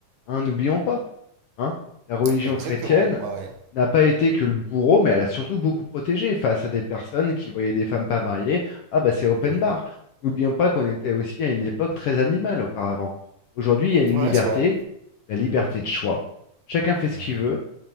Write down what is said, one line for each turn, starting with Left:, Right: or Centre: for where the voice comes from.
Left: Hein, n'oublions pas. hein. La religion
Right: Exactement,
Left: chrétienne
Right: ouais, ouais.
Left: n'a pas été que le bourreau, mais elle a surtout beaucoup protégé face à des personnes qui voyaient des femmes pas mariées. Ah bah c'est open
Right: Mhm.
Left: bar. N'oublions pas qu'on était aussi à une époque très animale auparavant. Aujourd'hui, il y a une
Right: Ouais,
Left: liberté,
Right: c'est vrai.
Left: la liberté de choix. Chacun fait ce
Right: Mhm.
Left: qu'il veut,